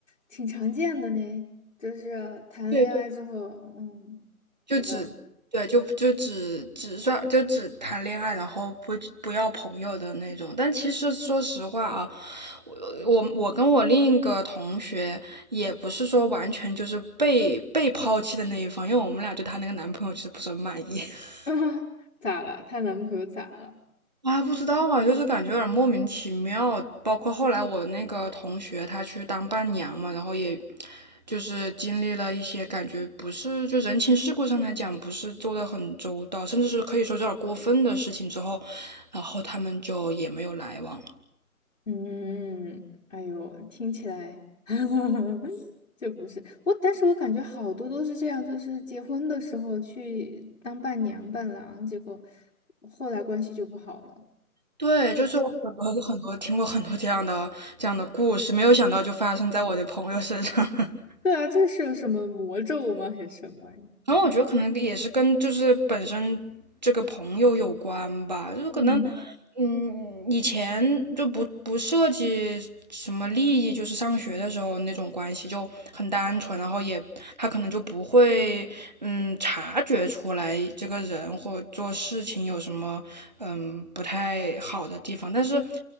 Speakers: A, on the left (about 55°); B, on the right (about 30°).
A: 挺常见的呢，就是谈恋爱之后，
B: 对对，
A: 嗯，
B: 就只对就就只只算就只谈恋爱，
A: 对吧？
B: 然后不不要朋友的那种。但其实说实话啊，我我我跟我另一个同学也不是说完全就是被被抛弃的那一方，因为我们俩对她那个男朋友其实不是很满意。<laughs>
A: <laughs> 啊，咋了？她男朋友咋了？
B: 啊，不知道啊，就是感觉有点莫名其妙。包括后来我那个同学，他去当伴娘嘛，然后也就是经历了一些感觉不是就人情世故上来讲不是做的很周到，甚至是可以说有点过分的事情之后，然后他们就也没有来往了。
A: 嗯，哎呦，听起来 <laughs> 就不是我，但是我感觉好多都是这样，就是结婚的时候去当伴娘伴郎，结果后来关系就不好了。
B: 对，就是有很多很多听过很多这样的这样的故事，没有想到就发生在我的朋友身上。<laughs>
A: 对啊，这是有什么魔咒吗？还是什么？
B: 然后我觉得可能也是跟就是本身这个朋友有关吧，就是可能，
A: 嗯，
B: 嗯，以前就不不涉及什么利益，就是上学的时候那种关系就很单纯，然后也他可能就不会嗯察觉出来这个人或做事情有什么嗯不太好的地方，但是